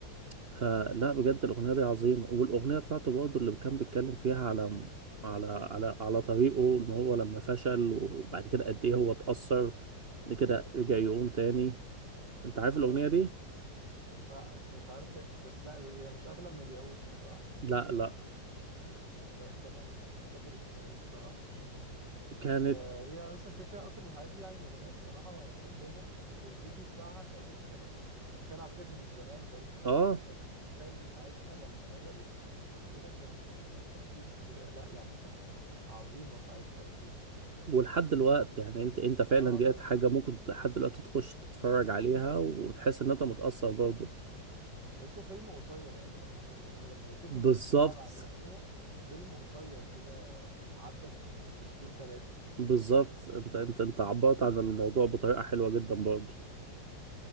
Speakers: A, on the right; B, on the right.
A: فلا بجد
B: مم.
A: الأغنية دي عظيمة والأغنية بتاعته برضه اللي كان بيتكلم فيها على على على على طريقه إن هو لما فشل وبعد كده قد إيه هو اتأثر بعد كده رجع يقوم تاني أنت عارف
B: آه.
A: الأغنية دي؟
B: لا مش عارف هي- بس لا هي مش اغلى من اليهود دي صح؟
A: لا لا
B: لا التانية مش مش فاكر اسمها ايه الصراحة مش
A: كانت
B: بس آه، هي اصلا كده كده قطر الحياة دي يعني اغنية الصراحة ملهمة والفيديو بتاعها كمان كانت انت متخيل على فكرة دي من زمان برضو
A: آه
B: فانت متخيل دي ساعتها لما نزلت وكده كانت كانت اكيد آه، لا يعني كانت عظيمة ساعتها اكيد
A: ولحد دلوقتي يعني أنت أنت فعلا
B: اه
A: ديت
B: طبعا
A: حاجة ممكن لحد دلوقتي تخش تتفرج عليها وتحس إن أنت متأثر برضه
B: تحسه فيلم قصير يعني دي ما كانتش اغنية انت لما بتشوف
A: بالظبط
B: البتاع مع الاغنية فيلم قصير كده س- عدى في دقيقتين ثلاثة
A: بالظبط أنت أنت أنت عبرت عن الموضوع بطريقة حلوة جدا برضه